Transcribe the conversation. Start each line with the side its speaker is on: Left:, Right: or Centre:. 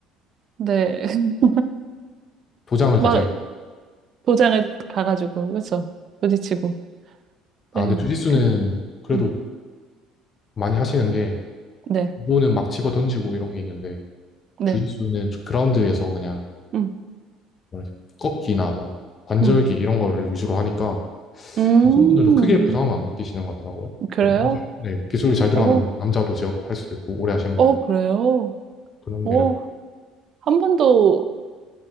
Right: 네, <laughs>
Left: 도장을
Right: 막
Left: 가셔야,
Right: 도장을 가가지고, 그쵸? 부딪히고.
Left: 아,
Right: 네,
Left: 근데 주짓수는
Right: 그-
Left: 그래도
Right: 음,
Left: 많이 하시는 게,
Right: 네,
Left: 운동은 막 집어 던지고 이런 게 있는데,
Right: 네.
Left: 주짓수는 그라운드에서 그냥
Right: 음,
Left: 뭐라 해야 되지? 꺾기나 뭐, 관절기
Right: 음.
Left: 이런 거를 위주로 하니까,
Right: 음,
Left: 여성분들도 크게 부담을 안 느끼시는 것 같더라고요.
Right: 그래요?
Left: 네, 남자, 네, 기술이 잘 들어가면
Right: 오,
Left: 막 남자도 제압할 수도 있고 오래 하시는
Right: 어,
Left: 분들
Right: 그래요?
Left: 그런
Right: 오,
Left: 매력이.
Right: 한 번도